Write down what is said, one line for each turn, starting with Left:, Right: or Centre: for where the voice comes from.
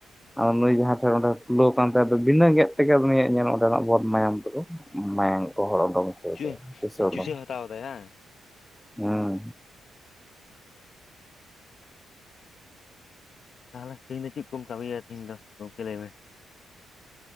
Centre: ᱟᱫᱚ ᱱᱩᱭ ᱡᱟᱦᱟᱸ ᱴᱷᱮᱱ ᱚᱸᱰᱮ ᱯᱷᱩᱞᱟᱹᱣ ᱠᱟᱱ ᱛᱟᱭᱟ ᱫᱚ ᱵᱤᱱᱟᱹ ᱜᱮᱫ ᱛᱮᱜᱮ ᱱᱩᱭᱼᱟᱜ ᱧᱮᱞ ᱢᱮ ᱚᱸᱰᱮᱱᱟᱜ ᱵᱚᱫ ᱢᱟᱭᱟᱢ ᱠᱚᱫᱚ ᱢᱟᱭᱟᱝ ᱜᱚᱦᱚᱲ ᱚᱰᱚᱝ ᱦᱚᱪᱚᱭ
Left: ᱟᱪᱪᱷᱟ
Centre: ᱛᱟᱭᱟ ᱪᱩᱥᱟᱹᱣ ᱚᱰᱚᱝ
Left: ᱦᱟᱛᱟᱣ ᱫᱟᱭ ᱦᱟᱝ
Centre: ᱦᱩᱸ
Left: ᱦᱮᱸ <unintelligible> ᱛᱟᱦᱚᱞᱮ ᱛᱤᱦᱤᱧ ᱫᱚ ᱪᱮᱫ ᱠᱚᱢ ᱠᱟᱹᱢᱤᱭᱟ ᱛᱤᱦᱤᱧ ᱫᱚ ᱜᱚᱢᱠᱮ ᱞᱟᱹᱭ ᱢᱮ